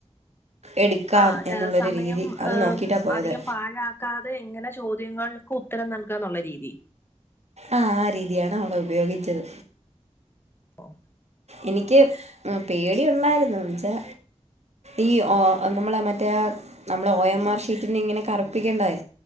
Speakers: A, on the right; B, on the left.
A: എടുക്കാം
B: ആഹ്
A: എന്നുള്ളൊരു
B: ഏഹ് സമയം
A: രീതി അത്
B: ഏഹ്
A: നോക്കിയിട്ടാണ് പോയത്
B: അധികം പാഴ ക്കാതെ എങ്ങനെ ചോദ്യങ്ങൾക്ക് ഉത്തരം നൽകാന്നുള്ള രീതി
A: ആഹ് ആ രീതിയാണ് അവിടെ ഉപയോഗിച്ചത്
B: ഓഹ്
A: എനിക്ക് ഉം പേടി ഉണ്ടായിരുന്നു എന്നുവെച്ചാ ഈ ഒ നമ്മളെ മറ്റേ നമ്മളെ ഒ എം ആർ ഷീറ്റിന്നിങ്ങനെ കറുപ്പിക്കണ്ടതേ